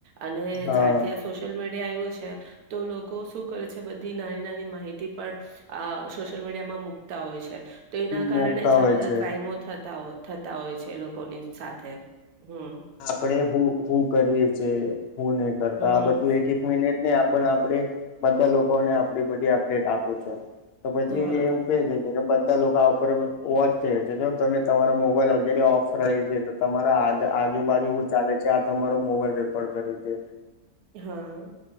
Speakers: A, on the right; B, on the left.
A: અને
B: હા
A: જ્યારથી આ સોશલ મી ડિયા આવ્યું છે તો લોકો શું કરે છે બધી નાની નાની માહિતી પણ આ સોશિયલ મીડિયામાં મૂકતા હોય છે, તો એના
B: મુકતા
A: કારણે જ
B: હોય
A: આ બધા
B: છે.
A: ક્રાઈમો થ થતા હોય છે લોકોની સાથે હમ્મ.
B: આપણે હું હું કરીએ છે, હું નય કરતા
A: હમ
B: આ બધું એક એક મિ નિટ આપણ આપડે બધા લોકોને આપડી બધી અપડેટ આપું છો. તો પછી
A: હા
B: એ ઉકેલે. કેમકે બધા લોકા આફોટેબલ વોચ છે જો તમે તમારા મોબાઈલ અંગે ઓફર છેતો તમારા આજ આજુબાજુ હુ ચાલે છે આ તમારો મોબાઈલ રેકોર્ડ કરે છે.
A: હા